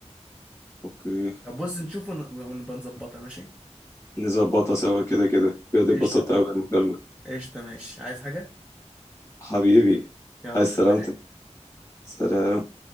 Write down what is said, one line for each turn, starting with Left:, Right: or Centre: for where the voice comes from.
Left: اوكي
Centre: طب بص نشوفه ون- ونبقى نظبطها ماشي
Left: نظبطها سوا كده كده بجد اتبسطت
Centre: قشطه
Left: قوي بالمكالمة
Centre: قشطه ماشي عايز حاجه
Left: حبيبي
Centre: يلا
Left: عايز سلامتك
Centre: سلام
Left: سلام